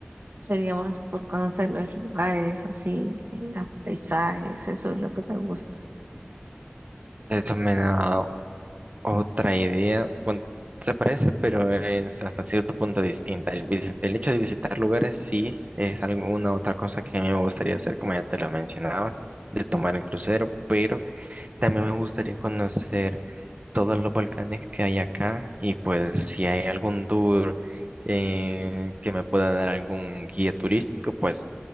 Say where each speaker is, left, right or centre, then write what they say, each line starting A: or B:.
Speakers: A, on the right (about 55°); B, on the right (about 35°).
A: Sería más por conocer los lugares, así, y los paisajes, eso es lo que me gusta.
B: eso me da Otra idea, bueno, se parece, pero es hasta cierto punto distinta. El, visi- el hecho de visitar lugares sí es alguna otra cosa que a mí me gustaría hacer, como ya te lo mencionaba, de tomar el crucero, pero también me gustaría conocer todos los volcanes que hay acá y pues si hay algún tour eh, que me pueda dar algún guía turístico, pues